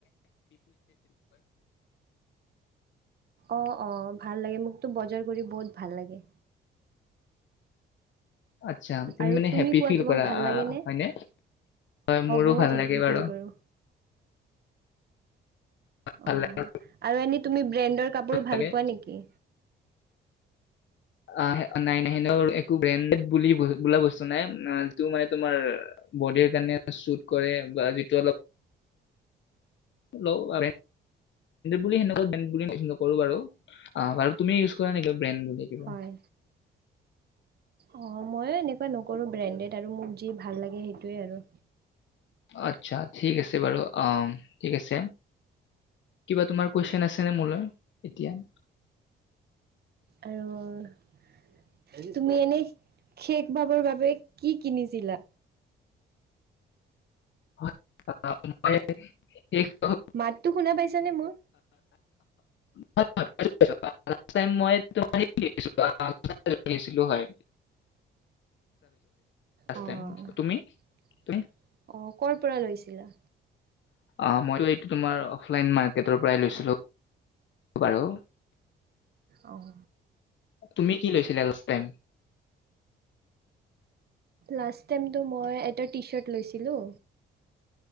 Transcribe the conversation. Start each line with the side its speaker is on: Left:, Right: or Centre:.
Right: অ অ ভাল লাগে মোকতো বজাৰ কৰি বহুত ভাল লাগে।
Left: আচ্ছা, তুমি
Right: আৰু
Left: মানে হেপ্পি
Right: কোৱা
Left: ফিল
Right: তোমাক
Left: কৰা,
Right: ভাল
Left: অহ
Right: লাগেনে
Left: হয়নে? অ' মোৰো
Right: বহুত
Left: ভাল
Right: হেপ্পী
Left: লাগে বাৰু।
Right: ফিল কৰোঁ অ
Left: ভাল লাগে।
Right: আৰু এনেই তুমি ব্ৰেণ্ডৰ কাপোৰ ভাল
Left: লাগে।
Right: পোৱা নেকি?
Left: আহ, নাই, নাই। <unintelligible> একো ব্ৰেণ্ডড বুলি বোলা বস্তু নাই। অহ, যিটো মানে তোমাৰ অহ, বডিৰ কাৰণে চুট কৰে বা যিটো অলপ <unintelligible> বুলি সেনেকুৱা <unintelligible> নকৰো বাৰু, অ' বাৰু তুমি ইউজ কৰা নেকি ব্ৰেণ্ড বুলি? <unintelligible>
Right: হয়। অ', ময়ো এনেকুৱা নকৰোঁ। ব্ৰেণ্ডেড আৰু মোক যি ভাল লাগে, সেইটোৱেই আৰু।
Left: আচছা, ঠিক আছে বাৰু। অম, ঠিক আছে। কিবা তোমাৰ কুৱেশ্যন আছে <unintelligible> মোলৈ এতিয়া?
Right: আৰু তুমি এনে শেষ বাবৰ বাবে কি কিনিছিলা?
Left: অ মই শেষ লাষ্ট
Right: মাততো শুনা পাইছ যেনে মোৰ
Left: <unintelligible> লাষ্ট টাইম মই <unintelligible> হয় লাষ্ট
Right: আহ।
Left: টাইম।
Right: আহ,
Left: তুমি? তুমি?
Right: ক'ৰ পৰা লৈছিলা?
Left: অ', মইতো এইটো তোমাৰ অফলাইন মা গেটৰ পৰাই লৈছিলোঁ। বাৰু।
Right: অ'হ।
Left: তুমি কি লৈছিলা লাষ্ট টাইম?
Right: লা্ষ্ট টাইমটো মই এটা টি চাৰ্ট লৈছিলোঁ।